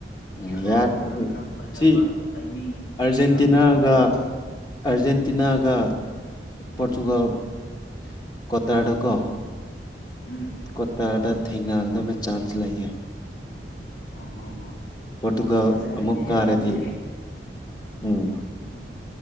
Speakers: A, on the left; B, on the left.
A: ꯎꯝ
B: ꯑꯗꯨꯝ
A: ꯌꯥꯏ
B: ꯈꯔ ꯈꯔ ꯐꯖꯕ
A: ꯁꯤ
B: ꯇꯥꯏꯃꯤꯡ ꯈꯔ
A: ꯑꯔꯖꯦꯟꯇꯤꯅꯥꯒ
B: ꯌꯥꯕꯁꯤꯡꯗꯣ
A: ꯑꯔꯖꯦꯟꯇꯤꯅꯥꯒ ꯄꯣꯔꯆꯨꯒꯜ <unintelligible> ꯀꯇꯥꯔꯀ
B: ꯎꯝ
A: ꯀꯠꯇ ꯍꯥ ꯇ ꯊꯦꯡꯅꯒꯗꯕ ꯆꯥꯟꯁ ꯂꯩꯌꯦ
B: ꯎꯝ ꯍꯝꯝ
A: ꯄꯣꯔꯇꯨꯒꯜ
B: ꯍꯖꯔꯅꯤ
A: ꯑꯃꯨꯛ
B: ꯍꯥꯏꯦ
A: ꯀꯥꯔꯗꯤ
B: ꯑꯗꯨꯗꯤ
A: ꯎꯝ
B: ꯎꯝ